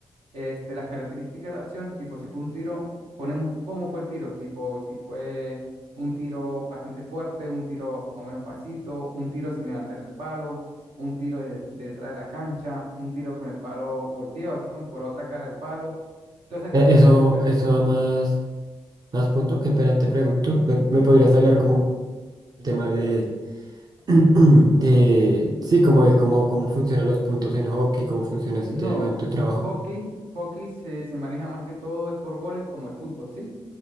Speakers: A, on the right; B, on the right.
A: este, las características de la acción, tipo si fue un tiro, ponemos cómo fue el tiro, tipo si fue un tiro bastante fuerte, un tiro más o menos pasito, un tiro sin levantar el palo, un tiro de, de detrás de la cancha, un tiro con el palo volteado, así como por la otra cara del palo todas esas características.
B: E- Eso, eso da más, más punto. Qué pena te pregunto. ¿Me, me podrías hablar como un tema de <clears throat> De, sí, como de cómo, cómo funcionan los puntos en hockey, cómo funciona ese
A: No,
B: tema en tu trabajo.
A: hockey, hockey se, se maneja más que todo es por goles como el fútbol, ¿sí?